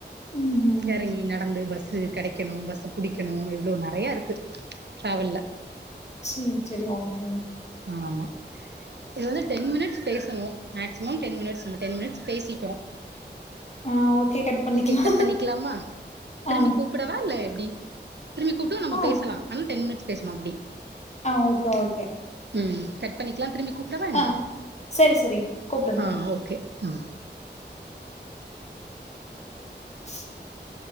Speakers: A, on the left; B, on the right.
A: ம்ஹும்
B: எறங்கி நடந்து பஸ் சு கெடைக்கணும் பஸ்ஸ புடிக்கணும் இவ்ளோ நெறைய இருக்கு டிராவல்ல
A: சேரி சேரி ஓகே ஓகே
B: ஆமா இது வந்து டென் மினிட்ஸ் பேசணு மேக்சிமம் டென் மினிட்ஸ் நம்ப டென் மினிட்ஸ் பேசிட்டோம்
A: ஆ ஓகே கட் பண்ணிக்கலா
B: ஓகே கட் பண்ணிக்கலாமா திரும்பி
A: ஆ
B: கூப்பிடவா இல்ல எப்டி திரும்பி கூப்டா நம்ம
A: ஆ
B: பேசலாம் ஆனா டென் மினிட்ஸ் பேசணும் அப்டி
A: ஆ ஓகே ஓகே
B: ம்ம் கட் பண்ணிக்கலாம் திரும்பி கூப்டவா என்ன
A: ஆ செரி செரி கூப்டுங்க
B: ஆ ஓகே ம்
A: <inaudible>